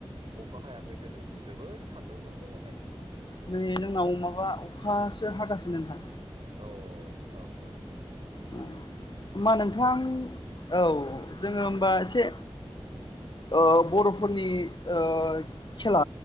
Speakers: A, on the right; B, on the left.
A: अखा हायाखै दोनै जोबोर सान्दुं दुंदों माने।
B: नै जोंनाव माबा अखासो हागासिनो नोंथां।
A: औ औ औ औ।
B: होमबा नोंथां औ जोङो होनबा एसे <inaudible> ओ बर'फोरनि ओ खेला